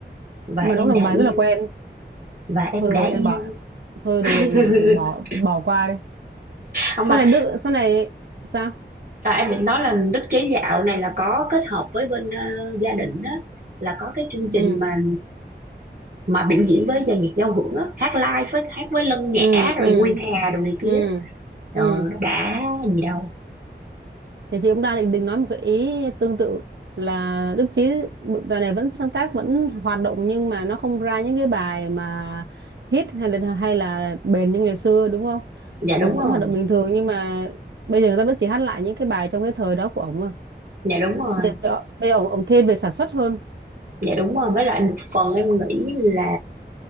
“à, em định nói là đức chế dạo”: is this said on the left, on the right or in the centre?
Right